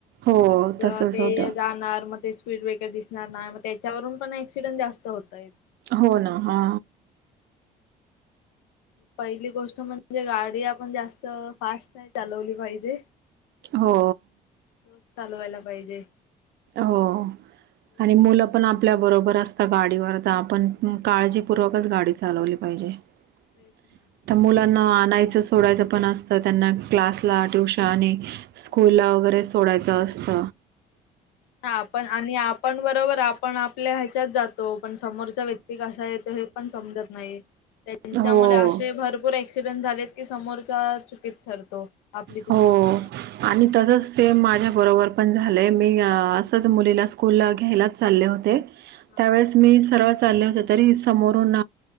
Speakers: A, on the right (about 55°); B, on the left (about 75°).
A: हो
B: मग
A: तसंच
B: ते
A: होतं.
B: जाणार मग ते स्पीड ब्रेकर दिसणार. मग त्याच्यावरून पण ऍक्सिडेंट जास्त होत आहेत.
A: हो ना हा.
B: पहिली गोष्ट म्हणजे. गाडी आपण जास्त फास्ट नाही चालवली पाहिजे.
A: हो.
B: रोज चालवायला पाहिजे.
A: हो
B: तेच
A: आणि
B: ना
A: मुलं पण आपल्या बरोबर अस तात गाडीवर. तर आपण काळजीपूर्वकच गाडी चालवली पाहिजे. आता
B: तेच ना.
A: मुलांना नाहीयचं सोडायचं पण असतं. त्यांना क्लासला, ट्युशन, स्कूलला
B: हो
A: वगैरे सोडायचं. अस्त.
B: हा आपण आणि आपण बरोबर आपण आपल्या ह्याच्यात जातो. पण समोरचा व्यक्ती कसा येतो हे पण समजत नाही. त्यांच्यामुळे
A: हो.
B: असे भरपूर आहेत. ऍक्सिडेंट झालेत की. समोरच्या चुकीत ठरतो. आपली चुकी
A: हो
B: नसताना.
A: आणि तसच सेम माझ्या बरोबर पण झालंय. मी असंच मुलीला स्कूल घ्यायलाच चालले होते.
B: हा.
A: त्यावेळेस मी सर्वच. चाले होते. तरी समोरुन